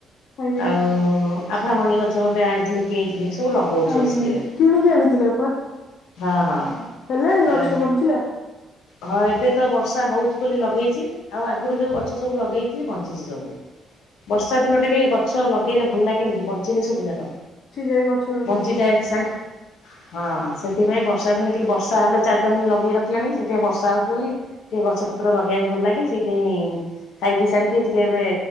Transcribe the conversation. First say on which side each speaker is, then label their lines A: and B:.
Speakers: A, on the left; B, on the left.
A: ଆଜ୍ଞା
B: ଆଉ ଆଭାମଣି ଗଛ ଗୋଟେ ଆଣିଥିଲି କିଣି କିିରି ସବୁ ଲଗଉଛି
A: ଆଜ୍ଞା
B: ବସିକି
A: ଆଜ୍ଞା
B: ଏବେ।
A: କିଣିକି ଆଣିଥିଲେ
B: ହଁ ହଁ
A: <unintelligible> ହେଲାଣି
B: ଆଉ
A: ଗଛ ବଞ୍ଚିଲା?
B: ହଁ ଏବେ ତ ବର୍ଷା ହଉଛି ବୋଲି ଲଗେଇଛି ଆଉ ଆଗରୁ ଯେଉଁ ଗଛ ସବୁ ଲଗେଇଥିଲି ବଞ୍ଚିଛି ସବୁ।
A: <inaudible>
B: ବର୍ଷା ଦିନ ଟା ବି ଗଛ ଲଗେଇଲେ ଭଲ ଲାଗେନି କି ବଞ୍ଚେନି ସବୁ ଯାକ।
A: ଯାଏ ଗଛ ଲତା
B: ବଞ୍ଚିଯାଏ
A: ସବୁ
B: ସାଙ୍ଗ ହଁ ସେଥିପାଇଁ ବର୍ଷା ଦିନେ ଟିକେ ବର୍ଷା ହେଲେ ଚାରି ପାଞ୍ଚ ଦିନ ଲଗେଇ ରଖିଲାଣି ସେ ବର୍ଷା ହଉଛି ବୋଲି ଟିକେ ଗଛ ପତ୍ର ଲଗେଇବାକୁ ଭଲ ଲାଗେ ସେଇଥିପାଇଁ ଖାଇ ପିଇ ସାରିକି ଟିକେ ଏବେ